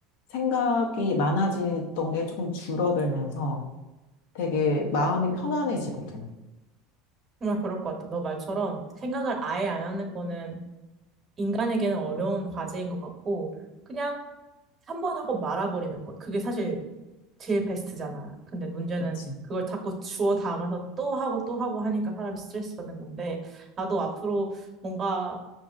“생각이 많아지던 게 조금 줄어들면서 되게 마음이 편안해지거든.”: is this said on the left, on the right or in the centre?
Left